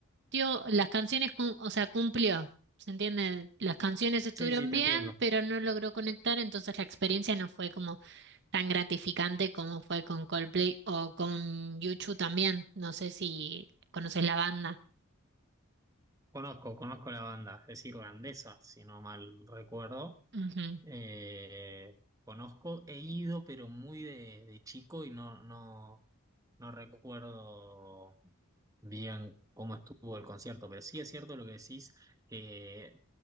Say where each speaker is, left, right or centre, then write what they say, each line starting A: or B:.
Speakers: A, on the right; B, on the right.
A: tío, las canciones, cum- o sea, cumplió, ¿se entiende? Las canciones estuvieron
B: Sí, sí, te
A: bien,
B: entiendo.
A: pero no logró conectar, entonces la experiencia no fue como tan gratificante como fue con Coldplay o con Yuchu también. No sé si conoces la banda.
B: Conozco, conozco la banda, es irlandesa, si no mal recuerdo.
A: Ujú.
B: Eh, conozco, he ido, pero muy de, de chico y no, no, no recuerdo bien cómo estuvo el concierto, pero sí es cierto lo que decís. que